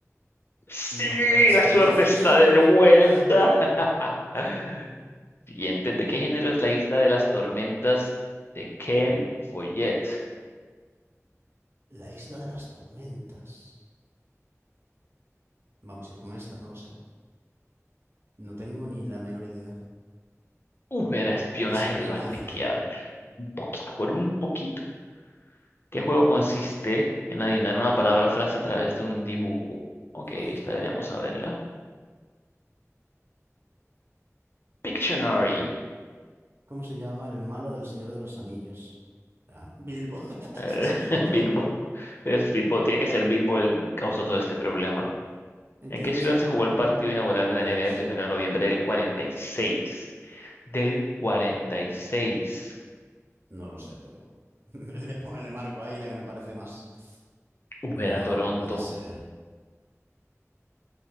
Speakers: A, on the left; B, on the right.
A: Sí,
B: No puede ser.
A: la suerte
B: Y la cierta.
A: está de vuelta. <laughs> Siguiente, ¿de qué género es la isla de las tormentas de Ken Follett?
B: La isla de las tormentas. Vamos a ir con esta, no lo sé. No tengo ni la menor idea.
A: Uh, era espionaje,
B: Espionaje.
A: le iba a cliquear. Un poquito, por un poquito. ¿Qué juego consiste en adivinar una palabra o frase a través de un dibujo? Ok,
B: Fácil.
A: esta deberíamos saberla. Pictionary.
B: ¿Cómo se llama el malo del Señor de los Anillos? Ah, Bilbo. <laughs>
A: A ver,
B: Es
A: <laughs>
B: Bilbo.
A: Bilbo. Es Bilbo, tiene que ser Bilbo el causó todo este problema.
B: ¿En
A: ¿En
B: qué
A: qué
B: ciudad
A: ciudad
B: se juega
A: se jugó
B: el partido?
A: el partido inaugural
B: Oh,
A: de la NBA
B: Dios.
A: el primero de noviembre del 46? Del 46.
B: No lo sé, pero <laughs> le pongo el marco ahí, la que me parece más.
A: Uh,
B: No
A: era Toronto.
B: puede ser.